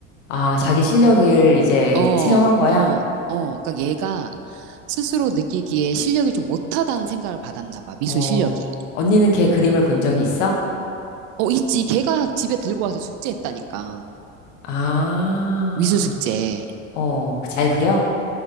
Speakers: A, on the left; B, on the right.
A: 아, 자기 실력을 이제
B: 어,
A: 체험한 거야?
B: 어, 어. 그러니까 얘가 스스로 느끼기에 실력이 좀 못하다는 생각을 받았나 봐. 미술
A: 어,
B: 실력이.
A: 언니는 걔 그림을 본 적이 있어?
B: 어, 있지. 걔가 집에 들고 와서 숙제했다니까.
A: 아,
B: 미술 숙제.
A: 어, 잘 그려?